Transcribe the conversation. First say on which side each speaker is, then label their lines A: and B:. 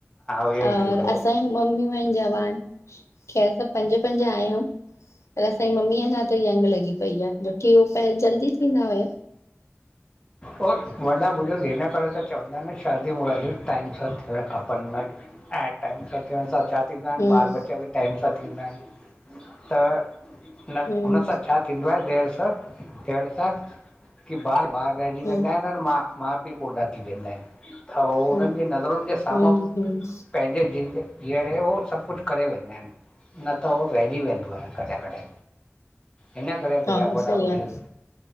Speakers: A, on the left (about 20°); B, on the left (about 85°).
A: ई
B: और
A: थींदो
B: असांज्यूं मम्मियूं आहिनि जवान खेैर असां पंज पंज आहियूं। पर असांजी मम्मीअ अंञा तांई यंग लॻी पई आ, जोकी हो, पहरी जल्दी थींदा हुया।
A: और वॾा बुज़ुर्ग हिन करे त चवंदा आहिन, शादीय मुरादीयूं टाइम सां थियणु खपनि न। एं टाइम सां थियण सां छा थिंदा इन
B: हम्म
A: त ॿार बच्चा ॿि टाइम सां थींदा इनि, त न
B: हम्म
A: हुन सां छा थींदो आहे देरि सां, थियंण सां, कि ॿार, ॿार रहिजी
B: हम्म
A: वेंदा हिन अंएं मां माउ पीउ ॿुढा थी वेंदा हिन, त हुननि
B: हम्म
A: जी नज़रुनि जे साम्हूं
B: हम्म हम्म
A: पंहिंजे जिंदे जीअरे हो सब कुछु करे वेंदा हिन। न त हो रहिजी वेंदो आहे कॾहिं- कॾहिं, इन्ह करे वडा
B: हा
A: वड्डा
B: सही
A: - बुज़ुर्ग
B: आहे